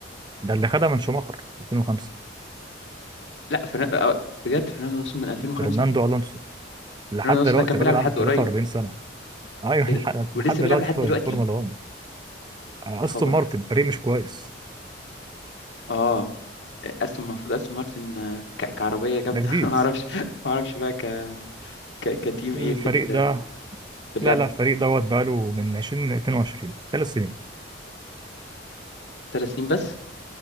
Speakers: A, on the right; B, on the left.
A: ده اللي خدها من شوماخر 2005
B: لا فرنا... آه، بجد فرناندو ألونسو من 2005
A: فرناندو الونسو لحد
B: فرناندو ألونسو
A: دلوقتي
B: ده كان بيلعب
A: الراجل
B: لحد
A: عنده 43
B: قريب
A: سنه ايوه
B: إيه
A: <laughs> لح-
B: ده؟
A: لحد
B: ولسه
A: دلوقتي
B: بيلعب لحد
A: في الفورمولا
B: دلوقتي
A: 1 استون
B: يا خبر
A: مارتن فريق مش كويس
B: اه استون المفروض استون مارتن آه، ك... كعربيه جامده
A: ده جديد
B: <laughs> ما اعرفش ما اعرفش بقى ك... ك... كتيم
A: الفريق
B: ايه في ال...
A: ده
B: في اللعبه
A: لا لا الفريق دوت بقاله من 2022 ثلاث سنين
B: ثلاث سنين بس